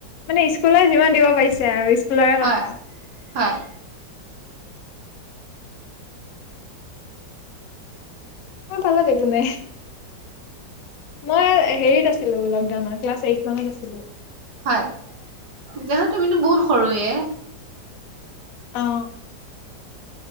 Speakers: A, on the left; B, on the right.
A: মানে স্কুলৰ যিমান দিব পাৰিছে আৰু। স্কুলৰে
B: হয়,
A: কথা
B: হয়।
A: মোৰ পালত একো নাই মই হেৰিত আছিলো লকডাউনৰ ক্লাছ এইট মানত আছিলো।
B: হয় তেতিয়া তুমিতো বহুত সৰুৱে।
A: আহ।